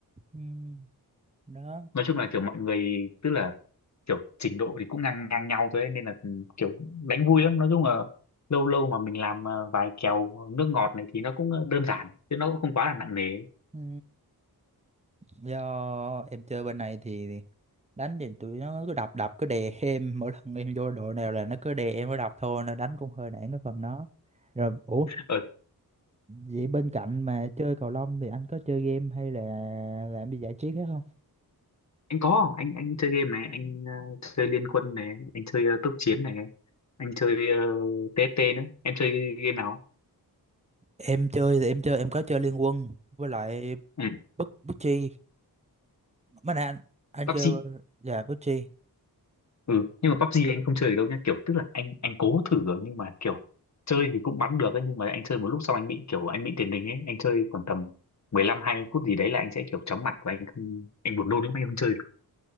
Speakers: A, on the right (about 15°); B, on the left (about 45°).
A: Ừ, đó
B: nói chung là kiểu mọi người tức là kiểu trình độ thì cũng ngang ngang nhau thôi ấy, nên là kiểu đánh vui lắm nói chung là lâu lâu mà mình làm ờ, vài kèo nước ngọt này thì nó cũng ờ, đơn giản chứ nó cũng không quá là nặng nề ấy.
A: Ừ, do em chơi bên này thì đánh thì tụi nó cứ đập đập cứ đè em <laughs> mỗi lần em vô đội nào là nó cứ đè em mới đập thôi nên đánh cũng hơi nản cái phần đó rồi ủa
B: ờ,
A: vậy bên cạnh mà chơi cầu lông thì anh có chơi game hay là làm gì giải trí khác không
B: anh có anh anh chơi game này anh ờ, chơi Liên Quân này anh chơi ờ, tốc chiến này anh chơi uh, TFT nữa em chơi game nào
A: em chơi thì em chơi em có chơi Liên Quân với lại
B: ừ,
A: bức bức chi mấy nè anh anh
B: PUBG
A: kêu dạ bức chi
B: ừ nhưng mà PUBG anh không chơi được đâu nhá kiểu tức là anh anh cố thử rồi nhưng mà kiểu chơi thì cũng bắn được ấy nhưng mà anh chơi một lúc xong anh bị kiểu anh bị tiền đình ấy anh chơi khoảng tầm mười lăm hai mươi phút gì đấy là anh sẽ kiểu chóng mặt và anh không anh buồn nôn lắm anh không chơi được